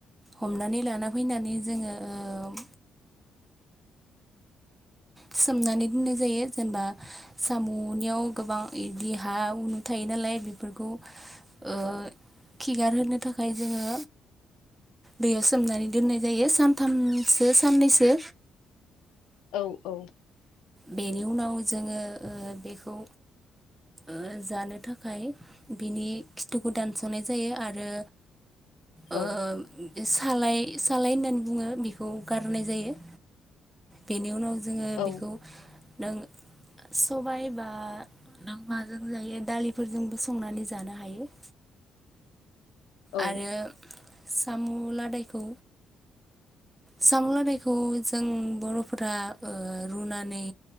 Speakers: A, on the right (about 15°); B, on the left (about 80°).
A: हमनानै लाना फैनानै जोङो ओ सोमनानै दोननाय जायो जेनेबा साम'नियाव गोबां इदि हा उनु थायो नालाय बेफोरखौ ओ खिगार होनो थाखाय जोङो दैयाव सोमनानै दोननाय सानथामसो साननैसो।
B: औ औ
A: बेनि उनाव जोङो ओ बेखौ ओ जानो थाखाय बिनि खिथुखौ दानस'नाय जायो आरो
B: औ
A: ओम सालाय सालाय होननानै बुङो बिखौ गारहनाय जायो। बेनि उनाव जोङो
B: औ
A: बेखौ नों सबाइ बा नों माजों जायो दालिफोरजोंबो सं नानै जानो हायो।
B: औ
A: आरो सामु लादायखौ सामु लादायखौ जों बर'फोरा ओ रुनानै